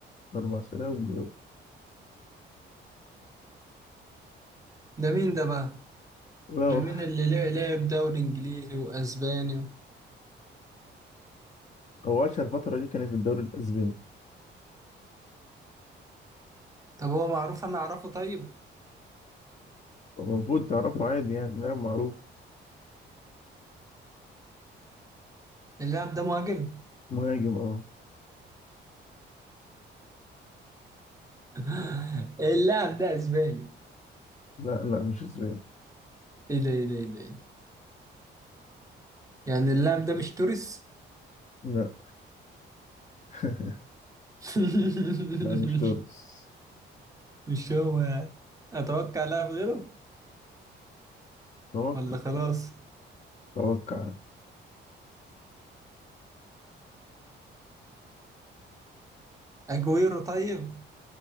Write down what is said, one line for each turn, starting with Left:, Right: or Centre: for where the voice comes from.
Left: اربع اسئله وجاوب
Right: ده مين ده بقى
Left: لا هو
Right: ده مين اللي لع- لعب دوري إنجليزي وأسباني و...
Left: هو اشهر فتره دي كانت في الدوري الاسباني
Right: طب هو معروف أنا أعرفه طيب
Left: المفروض تعرفه عادي يعني لاعب معروف
Right: اللاعب ده مهاجم
Left: مهاجم اه
Right: <laughs> اللاعب ده أسباني
Left: لا لا مش اسباني
Right: ايه ده ايه ده ايه ده إيه ده؟ يعني اللاعب ده مش توريس
Left: لا <laughs>
Right: <laughs>
Left: لا مش تونس
Right: مش هو يعني اتوقع لاعب غيره
Left: توقع
Right: ولا خلاص
Left: توقع
Right: اجويرو طيب